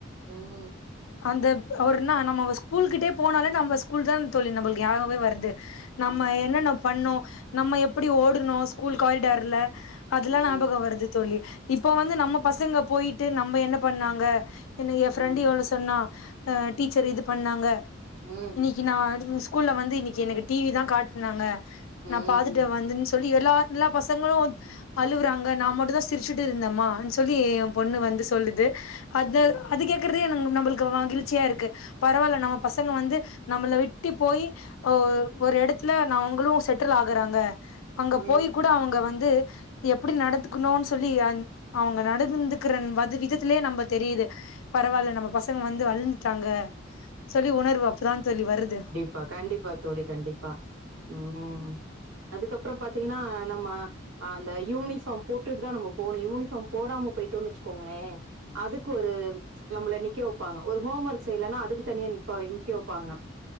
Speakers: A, on the right; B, on the left.
A: உம்
B: அந்த அவர்னா நம்ம அவ ஸ்கூல்கிட்டயே போனாலே நம்ம ஸ்கூல் தான் தோழி நம்மளுக்கு ஞாபகமே வருது நம்ம
A: ஆமா
B: என்னென்ன பண்ணோ நம்ம எப்படி ஓடுனோ ஸ்கூல் காரிடார்ல அதுல்லா
A: ம்
B: ஞாபகம் வருது தோழி இப்ப வந்து நம்ம பசங்க போயிட்டு நம்ம என்ன பண்ணாங்க என்னை என் ஃப்ரெண்ட்
A: ம்
B: எவ்ளோ தன்னா அ டீச்சர் இது பண்ணாங்க
A: உம்
B: க்கு நா ஸ்கூல்ல வந்து இன்னைக்கி எனக்கு டி வி தா காட்டுனாங்க
A: ம்
B: நா பாத்துட்டு வந்தேன்னு சொல்லி எல்லா எல்லா பசங்களும் அழுவுறாங்க நா மட்டுந்தா சிரிச்சுட்டு இருந்தேம்மான்னு சொல்லி என் பொண்ணு வந்து சொல்லுது அது
A: ம்
B: அது கேக்குறதே நம்மள்க்கு மகிழ்ச்சியா இருக்கு பரவால்ல நம்ப பசங்க வந்து நம்பள விட் டி போயி அ ஒரு இடத்துல ந அவங்களும் செட்டில் ஆகுறாங்க அங்க
A: ம்
B: போயி கூட அவங்க வந்து எப்பிடி நடத்துக்கணுன்னு சொல்லி அந் அவங்க நடந்து க்கற வது விதத்திலயே நம்ப தெரியுது பரவால்ல நம்ப பசங்க வந்து வளந்துட்டாங்க சொல்லி உணர்வு அப்பதா தோழி வருது
A: ப்ப கண்டிப்பா தோழி கண்டிப்பா ம் அதுக்கப்புறம் பாத்தீங்கன்னா நம்ம அ அந்த யூனிபார்ம் போட்டுட்டு தான் நம்ம போகணு யூனிஃபார்ம் போடாம போயிட்டோ வச்சுக்கோங்களே அதுக்கு ஒரு நம்மள நிக்க வைப்பாங்க ஒரு ஹோம் ஒர்க் செய்யலன்னா அதுக்கு தனியா நப்ப நிக்க வைப்பாங்க